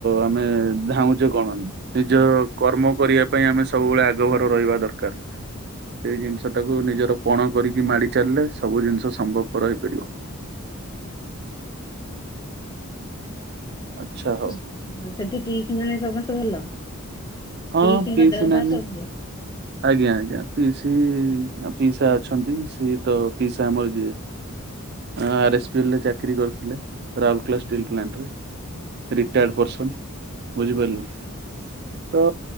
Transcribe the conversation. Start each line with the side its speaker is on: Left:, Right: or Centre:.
Right: ଆମେ ଧାଉଁଚେ କଣ ନିଜ କର୍ମ କରିବା ପାଇଁ ଆମେ ସବୁବେଳେ ଆଗଭର ରହିବା ଦରକାର। ଏଇ ଜିନିଷଟାକୁ ନିଜର ପଣ କରିକି ମାଡି ଚାଲିଲେ ସବୁ ଜିନିଷ ସମ୍ଭବପର ହେଇପାରିବ। ଆଛା ହଉ।
Left: <unintelligible> ସେଠି ପିଇସିମାନେ ସମସ୍ତେ ଭଲ
Right: ହଁ
Left: ପିଇସିଙ୍କ
Right: ପିଇସି
Left: ଦେହ
Right: ନାନୀ
Left: ପା ସବୁ ଭଲ।
Right: ଆଜ୍ଞା ଆଜ୍ଞା ପିଇସି ଆ ପିଇସା ଅଛନ୍ତି ସିଏ ତ ପିଇସା ଆମର ଯିଏ ଆର୍ ଏସ୍ ପି ଏଲ୍ ରେ ଚାକିରି କରିଥିଲେ ରାଉଲକେଲା ଷ୍ଟିଲ ପ୍ଲାଣ୍ଟରେ।
Left: ହୁଁ ହୁଁ
Right: ରିଟାର୍ଡ ପର୍ସନ ବୁଝିପାରିଲେ ତ